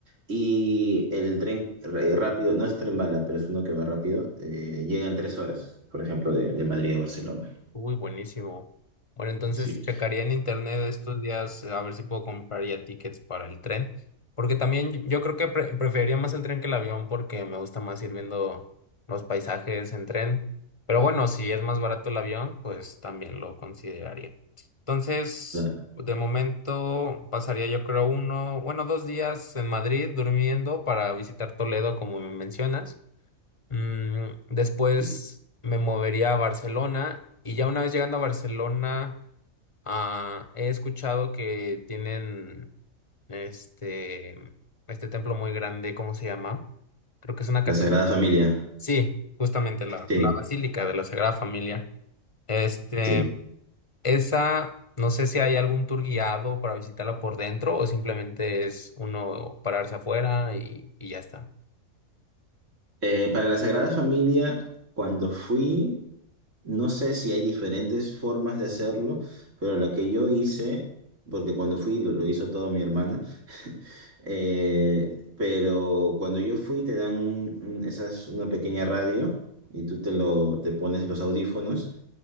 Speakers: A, on the right; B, on the left.
A: Y el tren eh, rápido, no es tren bala, pero es uno que va rápido, eh, llega en tres horas, por ejemplo, de, de Madrid a Barcelona.
B: Uy, buenísimo. Bueno, entonces
A: Sí.
B: checaría en internet estos días eh, a ver si puedo comprar ya tickets para el tren, porque también yo yo creo que pre- preferiría más el tren que el avión porque me gusta más ir viendo los paisajes en tren. Pero bueno, si es más barato el avión, pues también lo consideraría. Entonces,
A: La,
B: de momento pasaría yo creo uno, bueno, dos días en Madrid durmiendo para visitar Toledo como me mencionas. Mm, después
A: y-
B: me movería a Barcelona y ya una vez llegando a Barcelona, ah, he escuchado que tienen este, este templo muy grande, ¿cómo se llama? Creo que es una catedral.
A: la Sagrada Familia.
B: Sí, justamente la,
A: Sí,
B: la Basílica de la Sagrada Familia. Este,
A: sí.
B: esa, no sé si hay algún tour guiado para visitarla por dentro o simplemente es uno pararse afuera y, y ya está.
A: Eh, para la Sagrada Familia, cuando fui, No sé si hay diferentes formas de hacerlo, pero la que yo hice, porque cuando fui lo, lo hizo todo mi hermana, <laughs> eh, pero cuando yo fui te dan un- un- esas, una pequeña radio y tú te, lo, te pones los audífonos